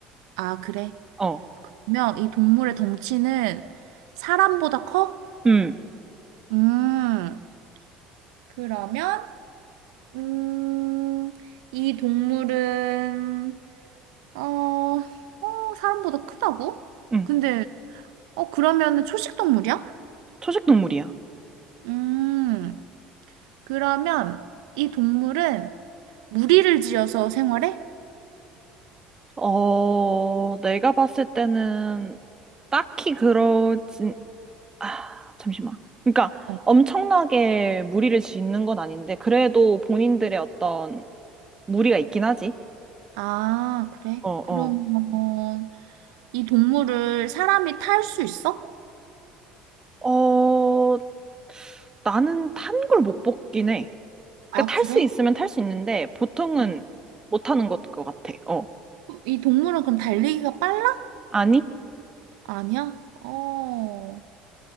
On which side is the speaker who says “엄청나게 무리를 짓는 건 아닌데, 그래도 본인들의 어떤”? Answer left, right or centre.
Right